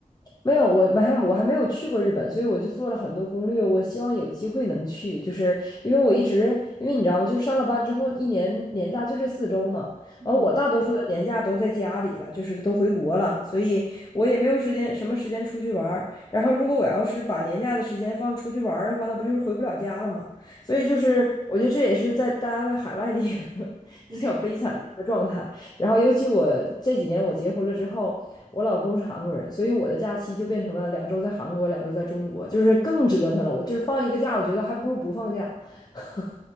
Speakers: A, on the left; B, on the right.
A: 没有，我没还我还没有去过日本，所以我就做了很多攻略。我希望有机会能去，就是因为我一直，因为你知道吗？就是上了班之后，一年年假就这四周嘛。
B: 嗯
A: 完，我大多数的年假都在家里了，就是都回国了，所以我也没有时间，什么时间出去玩儿。然后，如果我要是把年假的时间放出去玩儿的话，那不就是回不了家了吗？所以，
B: 嗯，
A: 就是我觉得这也是在大家在海外的一个 <laughs> 比较悲惨的一个状态。
B: 对
A: 然后，尤其我这几年我结婚了之后，我老公是韩国人，所以我的假期就变成了两周在韩国，两周在中国，就是更折腾了。我就是放一个假，我觉得还不如不放假。<laughs>